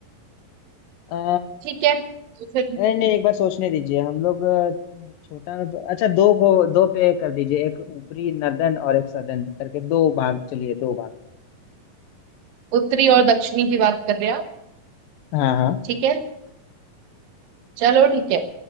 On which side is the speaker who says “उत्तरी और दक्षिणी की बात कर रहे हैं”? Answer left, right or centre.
Right